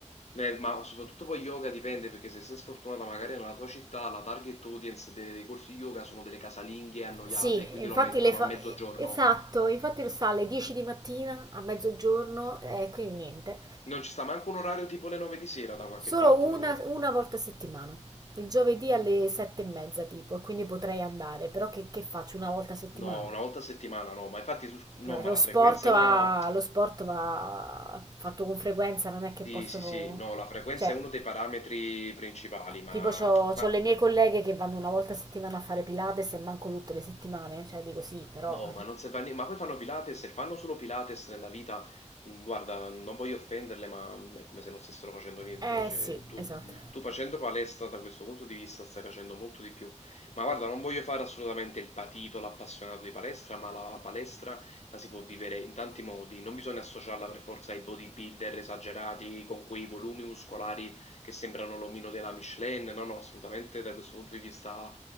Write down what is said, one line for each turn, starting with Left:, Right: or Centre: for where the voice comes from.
Left: beh, ma soprattutto poi yoga dipende, perché se sei sfortunata magari nella tua città la target audience dei, dei corsi yoga sono delle casalinghe annoiate,
Right: Sì,
Left: e quindi
Right: infatti
Left: lo mettono
Right: le fa...
Left: a mezzogiorno.
Right: Esatto, infatti lo sta alle 10 di mattina, a mezzogiorno, e quindi niente.
Left: Non ci sta manco un orario tipo le 9 di sera da qualche
Right: Solo
Left: parte
Right: una,
Left: da te.
Right: una volta a settimana, il giovedì alle 7 e mezza tipo, e quindi potrei andare, però che, che faccio una volta a settimana?
Left: No, una volta a settimana no, ma infatti su, no,
Right: No,
Left: ma
Right: lo
Left: la
Right: sport
Left: frequenza
Right: va,
Left: è una...
Right: lo sport va fatto con frequenza, non è che
Left: Sì,
Right: posso...
Left: sì, sì, no, la frequenza
Right: Cioè,
Left: è uno dei parametri principali, ma,
Right: tipo c'ho, c'ho
Left: ma
Right: le mie colleghe che vanno una volta a settimana a fare Pilates e manco tutte le settimane, cioè dico sì, però...
Left: No, ma non serve a nie ma poi fanno Pilates, se fanno solo Pilates nella vita, mhmm, guarda, non voglio offenderle, ma, mhmm, è come se non stessero facendo niente,
Right: Eh
Left: cioè
Right: sì,
Left: tu
Right: esatto.
Left: tu facendo palestra da questo punto di vista stai facendo molto di più. Ma guarda, non voglio fare assolutamente il patito, l'appassionato di palestra, ma la palestra la si può vivere in tanti modi, non bisogna associarla per forza ai bodybuilder esagerati, con quei volumi muscolari che sembrano l'omino della Michelin, no, no, assolutamente da questo punto di vista